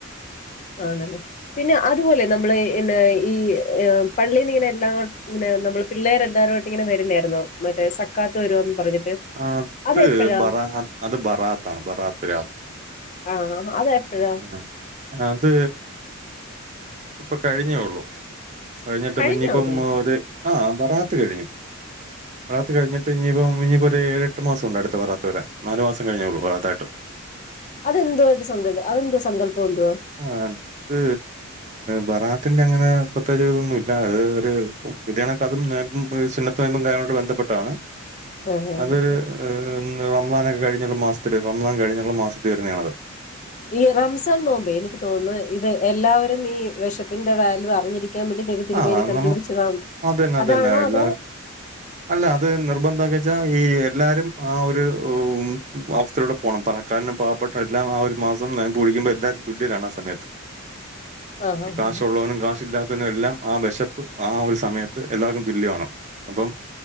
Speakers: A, on the left; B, on the right.
A: ആണ്ലെ പിന്നെ അതുപോലെ നമ്മള് എന്ന ഈ പള്ളിന്നിങ്ങനെ എല്ലാം ഇങ്ങനെ നമ്മള് പിള്ളേര് എല്ലാരുവായിട്ടിങ്ങനെ വരില്ലാരുന്നോ മറ്റേ സക്കാത്ത് വരുവാന്ന് പറഞ്ഞിട്ട്
B: അത്
A: അതെപ്പഴാ
B: ബറാഹ അത് ബറാത്താണ് ബറാത്ത് രാവ്
A: അതോ അതെപ്പഴാ
B: ആഹ് അത് ഇപ്പൊ കഴിഞ്ഞേ ഒള്ളൂ കഴിഞ്ഞിട്ട്പ്പ
A: കഴിഞ്ഞോ
B: ഇനിയിപ്പം
A: അത്
B: ഒരു ആഹ് ബറാത്ത് കഴിഞ്ഞു ബറാത്ത് കഴിഞ്ഞിട്ടിഞ്ഞിയിപ്പം ഒരു ഏഴെട്ട് മാസം ഒണ്ട് അടുത്ത ബറാത്ത് വരാൻ നാല് മാസം കഴിഞ്ഞെ ഒള്ളൂ ബറാത്തായിട്ടും
A: അതെന്തു ആയിട്ട് സങ്കല് അതെന്താ സങ്കല്പം എന്തുവാ
B: ആഹ് അത് ബറാത്തിന്റെ അങ്ങനെ പ്രത്യേകിച്ച് ഇതൊന്നുല്ല അത് ഒരു ഇതിയ കണക്ക് അതും നേമ്പും സുന്നത്ത് നേയമ്പും കാര്യങ്ങളുമായിട്ട് ബന്ധപ്പെട്ടാണ്
A: ആഹ് ആഹ്
B: അതൊരു ഏഹ് റംദാനൊക്കെ കഴിഞ്ഞുള്ള മാസത്തില് റംദാൻ കഴിഞ്ഞുള്ള മാസത്തിൽ വരുന്നതാണത്
A: ഈ റംസാൻ നോമ്പേ എനിക്ക് തോന്നുന്നു ഇത് എല്ലാവരും ഈ വെശപ്പിന്റെ വാല്യൂ അറിഞ്ഞിരിക്കാൻ വേണ്ടി നബി തിരുമേനി
B: ആ
A: കണ്ടുപിടിച്ചതാണ്
B: നമ്മ അതന്നെ,
A: അതാണോ
B: അതന്നെ. എല്ലാ
A: അതോ
B: അല്ല അത് നിർബന്ധാക്കിച്ചാ ഈ എല്ലാരും ആഹ് ഒരു ഉം മാസത്തിലുടെ പോണം തണക്കാരനും പാവപ്പെട്ട എല്ലാം ആഹ് ഒരു മാസം നേമ്പുടിക്കുമ്പോ എല്ലാവാരും തുല്യരാണ് ആ സമയത്ത്
A: ആഹ് ആഹ്
B: കാശുള്ളവനും കാശില്ലാത്തവനും എല്ലാം ആഹ് വെശ ആ ഒരു സമയത്ത് എല്ലാവരും തുല്യമാണ് അപ്പം